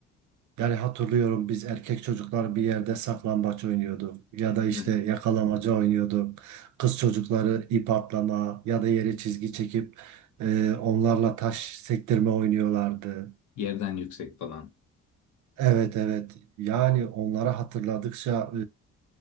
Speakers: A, on the right; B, on the left.
A: Yani hatırlıyorum biz erkek çocuklar bir yerde saklambaç oynuyorduk ya da işte
B: yani
A: yakalamaca oynuyorduk. Kız çocukları ip atlama ya da yere çizgi çekip e, onlarla taş sektirme oynuyorlardı.
B: yerden yüksek falan.
A: Evet evet yani onları hatırladıkça